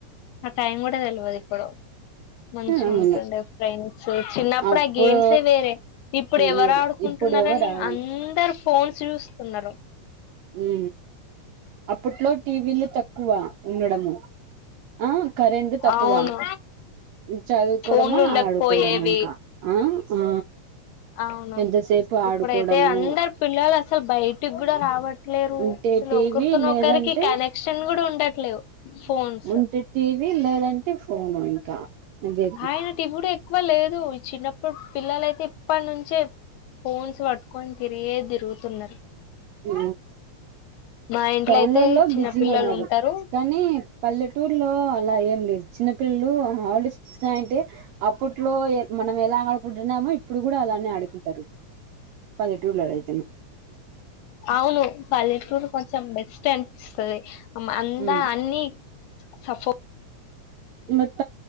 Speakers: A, on the left; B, on the right.
A: ఆ టైం కూడా తెల్వదు ఇప్పుడు మంచిగా
B: అవును
A: ఉంటుండే ఫ్రెండ్స్ చిన్న
B: అప్పుడు
A: గేమ్సే వేరే ఇప్పుడు ఎవరు
B: మీరు
A: ఆడుకుంటున్నారని
B: ఇప్పుడు ఎవరు ఆడు
A: అందరు ఫోన్స్ చూస్తున్నారు
B: ఉ అప్పట్లో టీవీలు తక్కువ ఉండడము ఆ కరెంట్ తక్కువ
A: అవును
B: చదువుకోవడమా
A: ఫోన్లు ఉండకపోయేవ
B: ఆడుకోవడమా ఇంకా ఆ ఆ
A: అవును
B: ఎంతసేపు ఆడుకోవడము
A: ఇప్పుడైతే అందరు పిల్లలు అసలు బయటికి కూడా రావట్ లేరు
B: ఉంటే
A: అసలు
B: టీవీ
A: ఒకరితోన
B: లేదంటే
A: ఒకరికి కనెక్షన్ కూడా ఉండట్లేవు ఫోన్స్
B: ఉంటే టీవి లేదంటే ఫోను ఇంకా అదే
A: హాయనాటిటీవుడు ఎక్కువ లేదు చిన్నప్పుడు పిల్లలయితే ఇప్పటి నుంచే ఫోన్స్ పట్టుకొని తిరిగే తిరుగుతున్నారు
B: ఉ
A: మా ఇంట్లో
B: టౌన్లో
A: అయితే
B: లో
A: చిన్న
B: బిజింగ్
A: పిల్లలు
B: ఉన్నారు
A: ఉంటారు
B: కానీ పల్లెటూర్ లో అలా ఏం లేదు చిన్న పిల్లలు హాలిడేస్ అంటే అప్పట్లో మనం ఎలా ఆడుకుంటున్నామో ఇప్పుడు కూడా అలానే ఆడుకుంటారు పన్నెట్ రూలుయితును
A: అవును పాలెటూర్ కొ కొంచె బెస్ట్ అనిపిస్తుంది అందా
B: ఉమ్
A: అన్ని సఫో
B: బట్